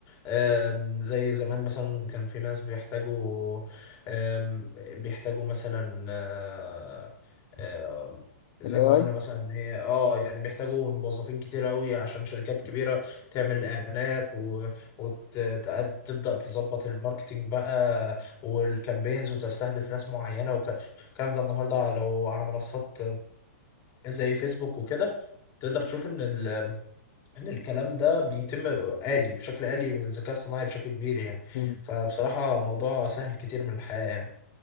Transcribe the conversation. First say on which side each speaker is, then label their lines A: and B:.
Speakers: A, on the left; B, on the left.
A: آم، زي زمان مثلا كان في ناس بيحتاجوا آم، بيحتاجوا مثلا آه، آه، زي
B: ال AI
A: ما قلنا مثلا إن هي اه يعني بيحتاجوا موظفين كتير قوي عشان شركات كبيرة تعمل اعلانات وتبدأ تظبط الماركتينج بقى والكامبينز وتستهدف ناس معينة والكلام ده النهارده لو على منصات زي فيسبوك وكده تقدر تشوف ان ال- ان الكلام ده بيتم آلي بشكل آلي بالذكاء الصناعي بشكل كبير يعني
B: مم.
A: فبصراحة الموضوع سهل كتير من الحياة يعني